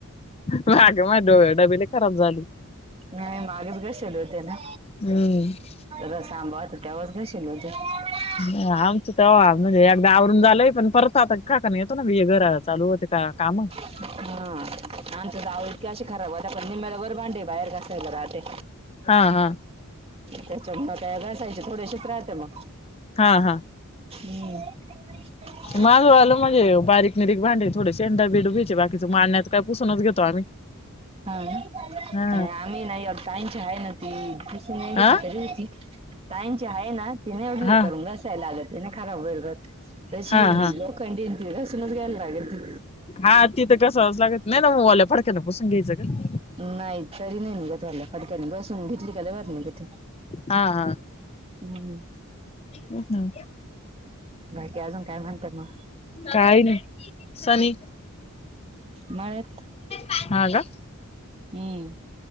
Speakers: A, on the left (about 30°); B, on the right (about 25°).
A: माग माझं डबे लई खराब झाली.
B: नाही मागेच घाशेल होते ना.
A: हम्म
B: रस आंबा होता त्यावेळेस घाशे <unintelligible>
A: हा आमचं तवा आवरून झालंय, पण परत आता काकानं येतो ना <unintelligible> घर चालू होते का काम.
B: हा आमचं जाव इतके अशी खराब होत्या, पण निम्म्याला वर भांडे बाहेर घासायला राहत. ते
A: हा हा
B: त्याच्यामुळं काय घासायचे थोडेशेच राहते मग.
A: हा हा.
B: हम्म.
A: माझं वालं म्हणजे बारीक निरीक भांडे आहेत. थोडे शेंड बीड भेयचे बाकीचं मारण्यात काय पुसूनच घेतो आम्ही.
B: हा ना
A: हा
B: आम्ही नाही अ काहीची आहे न ती कसून घेतली
A: हा
B: तरी होती. ताईचे आहे ना ति निवढले
A: हा
B: करून घसायला लागतने खराब होईल राहते <unintelligible> तशी
A: हा
B: <unintelligible>
A: हा
B: लोखंडी आणि ती घासूनच घ्यायला लागती.
A: हा तिथं कसा <unintelligible> लागत नाही ना मग वाल्या फडक्यान पुसून घ्यायचं ग.
B: नाही तरी नाही निघत्हाला फडक्याने घासून घेतली की लय भारी निघती.
A: हा हा.
B: हम्म.
A: हम्म.
B: बाकी अजून काय म्हणते मग?
A: काही नाही. सनी
B: मळ्यात.
A: हा का?
B: हम्म